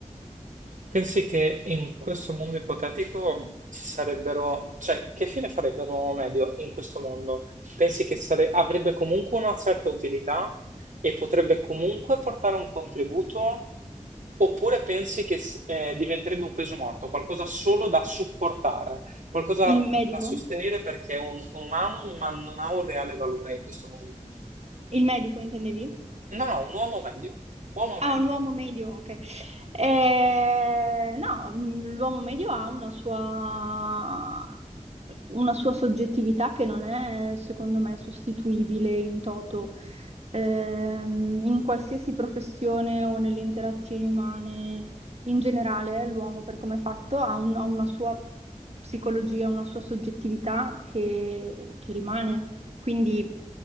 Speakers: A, on the right; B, on the right.
A: Pensi che in questo mondo ipotetico ci sarebbero, cioè, che fine farebbe l'uomo medio in questo mondo? Pensi che sare- avrebbe comunque una certa utilità e potrebbe comunque portare un contributo? Oppure pensi che s- eh, diventerebbe un peso morto, qualcosa solo da supportare, qualcosa
B: Il medico?
A: da sostenere perché è un umano ma non ha un reale valore in questo mondo?
B: Il medico intendevi?
A: No, no, un uomo medio, uomo
B: Ah,
A: medio,
B: un uomo medio, ok. Eh, no, mh, l'uomo medio ha una sua, una sua soggettività che non è, secondo me, sostituibile in toto, Ehm, in qualsiasi professione o nelle interazioni umane. In generale, l'uomo, per come è fatto, ha, un- ha una sua psicologia, una sua soggettività che che rimane. Quindi